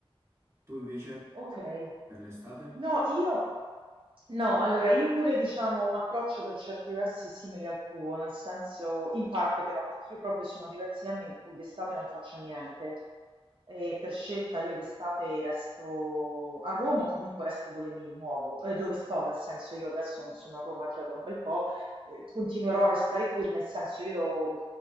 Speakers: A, on the right; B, on the right.
A: Tu invece,
B: Ok.
A: per l'estate?
B: No, io no, allora io pure diciamo ho un approccio per certi versi simile al tuo, nel senso in parte però perché io proprio sono diversi anni in cui d'estate non faccio niente e per scelta io d'estate resto a Roma o comunque resto dove mi muovo, eh, dove sto, nel senso io adesso non sono a Roma già da un bel po', eh, continuerò a restare qui, nel senso io do-